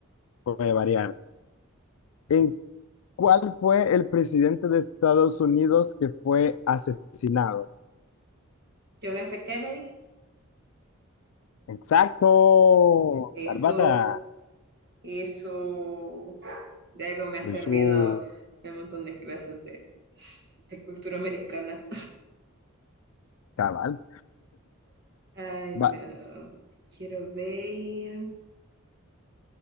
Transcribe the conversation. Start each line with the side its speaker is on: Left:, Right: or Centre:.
Left: puede variar. ¿En cuál fue el presidente de Estados Unidos que fue asesinado?
Right: John F. Kennedy.
Left: Exacto,
Right: Eso,
Left: Bárbara.
Right: eso. De algo me ha
Left: En
Right: servido
Left: su...
Right: un montón de clases de, de cultura americana.
Left: Cabal,
Right: Ay,
Left: vas.
Right: no. Quiero ver.